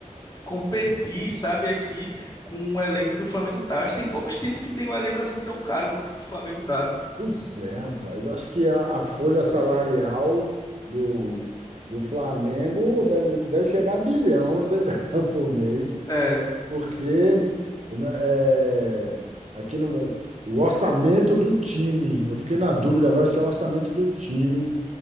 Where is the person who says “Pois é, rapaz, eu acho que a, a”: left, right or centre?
Right